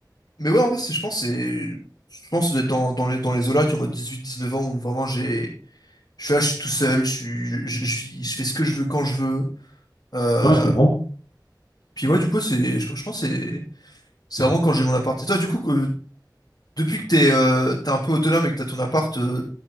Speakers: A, on the left; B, on the left.
A: mais ouais, en vrai, c'est- je pense, que c'est, je pense d'être dans, dans les, dans les eaux-là, tu vois, en mode dix-huit dix-neuf ans, où vraiment j'ai, je suis là, je suis tout seul, je suis, je, je vis- je fais ce que je veux quand je veux. Euh,
B: Ouais, je comprends.
A: puis ouais, du coup, c'est, je, je pense, que c'est, c'est vraiment quand j'ai mon appart. Et toi, du coup, euh, depuis que t'es, euh, t'es un peu autonome et que t'as ton appart, euh,